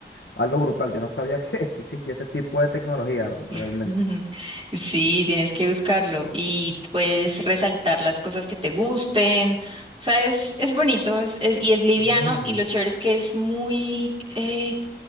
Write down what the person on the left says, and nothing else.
algo brutal. Yo no sabía <laughs> que, que existía este tipo de tecnología realmente.
Ujú.